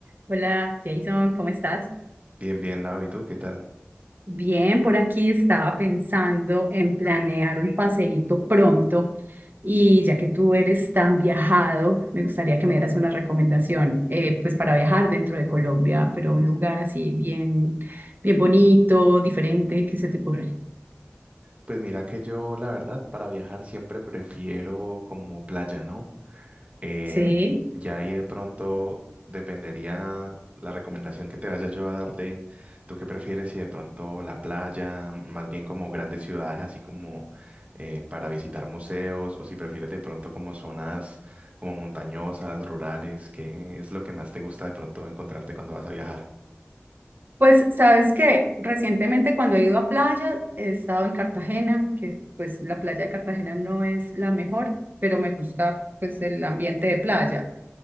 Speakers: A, on the right (about 50°); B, on the right (about 35°).
A: Hola Jason, ¿cómo estás?
B: Bien, bien, Lau, ¿y tú qué tal?
A: Bien, por aquí estaba pensando en planear un paseíto pronto y ya que tú eres tan viajado, me gustaría que me dieras una recomendación, eh, pues para viajar dentro de Colombia, pero un lugar así bien, bien bonito, diferente, ¿qué se te ocurre?
B: Pues mira que yo, la verdad, para viajar siempre prefiero como playa, ¿no? Eh,
A: Sí,
B: ya ahí de pronto dependería la recomendación que te vaya yo a dar de tú qué prefieres si de pronto la playa, más bien como grandes ciudades, así como eh, para visitar museos, o si prefieres de pronto como zonas como montañosas, rurales, ¿qué es lo que más te gusta de pronto encontrarte cuando vas a viajar?
A: pues sabes que recientemente cuando he ido a playa he estado en Cartagena, que pues la playa de Cartagena no es la mejor, pero me gusta pues el ambiente de playa.